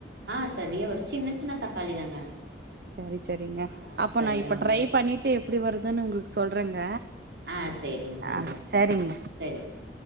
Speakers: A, on the right; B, on the right.
A: ஆ சரி வரு சின்ன சின்ன தக்காளி தாங்க
B: சரி சரிங்க
A: அதனால
B: அப்ப
A: சரியா
B: நா இப்ப
A: வந்துரு
B: ட்ரை பண்ணிட்டு எப்டி வருதுன்னு உங்களுக்கு சொல்றேங்க
A: ஆ செரிங்க சொல்லுங்க
B: ஆ சரிங்க
A: செரி ம்